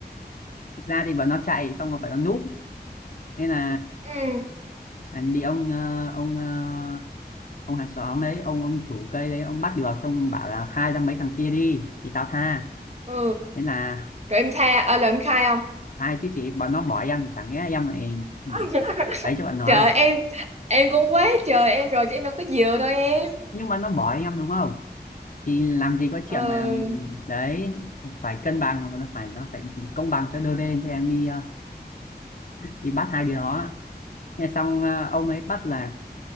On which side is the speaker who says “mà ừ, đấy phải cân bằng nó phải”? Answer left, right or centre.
Left